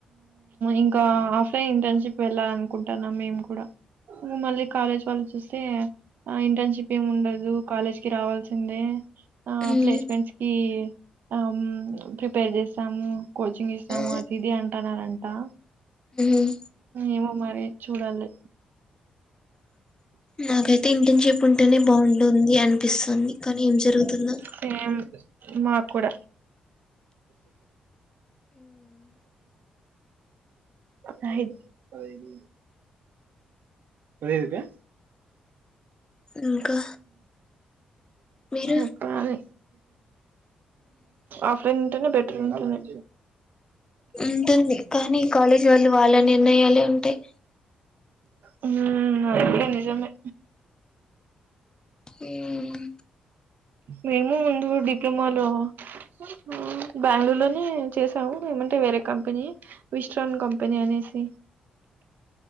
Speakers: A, on the right; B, on the left.
A: ఇంకా ఆఫ్లైన్ ఇంటర్న్షిప్ వెళ్ళాల అనుకుంటాన్నా మేము కూడా హ్మ మళ్ళీ కాలేజీ వాలు చూస్తే ఆ ఇంటర్న్షిప్ ఏమి ఉండదు కాలేజ్ కి రావాల్సిందే ఆ
B: మ్మ్
A: ప్లేస్మెంట్స్ కి ఆమ్ ప్రిపేర్ చేస్తాము కోచింగ్ ఇస్తాము
B: ఆ
A: అది ఇది అంటున్నరంటా
B: మ్మ్
A: ఏమో మరి చూడాలి
B: నాకై ఇంటర్న్షిప్ ఉంటేనే బాగుంటుంది అనిపిస్తుంది కానీ ఏం జరుగుతుందొ
A: సేమ్ మాకు కూడా పదహైదు పదహైదు క
B: ఇంకా మీరు
A: చెప్పలీ ఆఫ్లైన్ ఉంటేనే బెటర ఇంకేమి
B: ఉంటుంది కానీ కాలేజీ వాళ్ళు వాళ్ళ నిర్ణయాలే ఉంటాయి
A: హ్మ నిజమే
B: హ్మ్
A: మేము ముందు డిప్లొమా లో హ్మ్ బెంగళూరు లోనే చేసాము ఏమంటే వేరే కంపెనీ విశ్రాన్ కంపెనీ అనేసి